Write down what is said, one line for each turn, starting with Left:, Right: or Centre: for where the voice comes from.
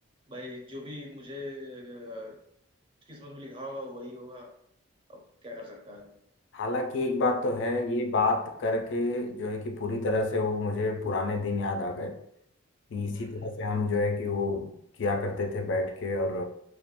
Right: भाई जो भी मुझे अ, किस्मत में लिखा होगा वही होगा अब क्या कर सकता है आदमी
Left: हालांकि एक बात तो है ये बात करके जो है कि पूरी तरह से वो मुझे पुराने दिन याद आ गए कि इसी
Right: हम्म
Left: तरह
Right: हम्म।
Left: से हम जो है कि वो किया करते थे बैठ के और